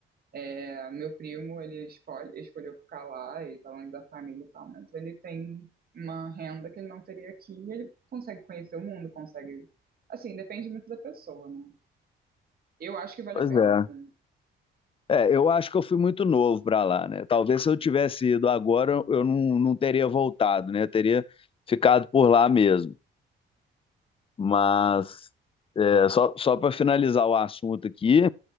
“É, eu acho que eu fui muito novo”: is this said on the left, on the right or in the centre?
Left